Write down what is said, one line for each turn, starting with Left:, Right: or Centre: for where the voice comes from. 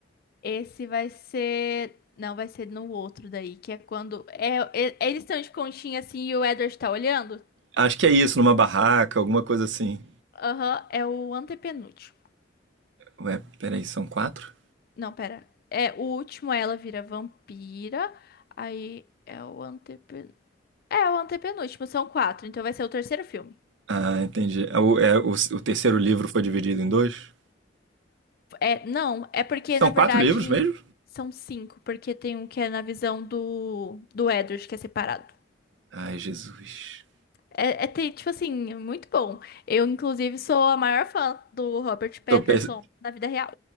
Left: Esse vai ser. Não, vai ser no outro daí, que é quando. É, e- eles estão de conchinha assim e o Edward tá olhando?
Right: Acho que é isso, numa barraca, alguma coisa assim.
Left: Aham, é o antepenúltimo.
Right: Ué, peraí, são quatro?
Left: Não, pera. É, o último ela vira vampira. Aí é o antepen... É o antepenúltimo, são quatro, então vai ser o terceiro filme.
Right: Ah, entendi. É, O, é, o, o terceiro livro foi dividido em dois?
Left: É, não, é porque
Right: São
Left: na verdade
Right: quatro livros mesmo?
Left: são cinco, porque tem um que é na visão do, do Edward, que é separado.
Right: Ai, Jesus.
Left: É, é ter- tipo assim, é muito bom. Eu, inclusive, sou a maior fã do Robert Patterson
Right: Tô pens...
Left: na vida real.